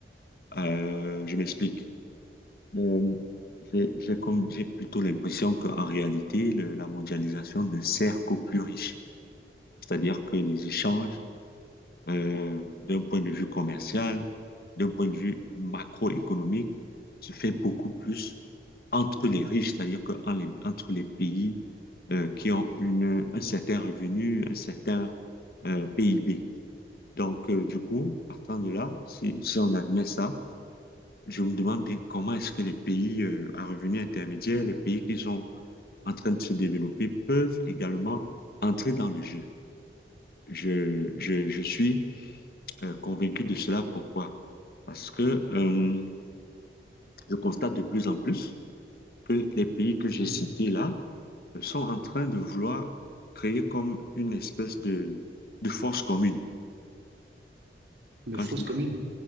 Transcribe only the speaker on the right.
Hmm.
De fausses
communes.